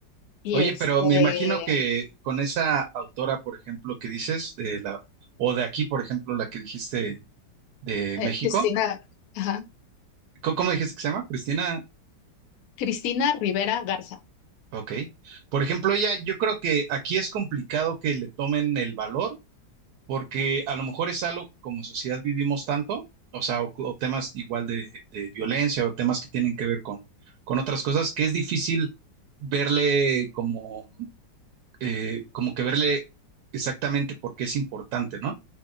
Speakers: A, on the left (about 70°); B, on the right (about 75°).
A: y
B: Oye,
A: este,
B: pero me imagino que con esa autora, por ejemplo, que dices, de la, o de aquí, por ejemplo, la que dijiste de
A: eh,
B: México,
A: Cristina, ajá,
B: ¿cómo, cómo dijiste que se llama? Cristina,
A: Cristina Rivera Garza.
B: ok. Por ejemplo, ella, yo creo que aquí es complicado que le tomen el valor porque a lo mejor es algo que como sociedad vivimos tanto, o sea, o, o temas igual de, de violencia o temas que tienen que ver con, con otras cosas, que es difícil verle como, eh, como que verle exactamente por qué es importante, ¿no?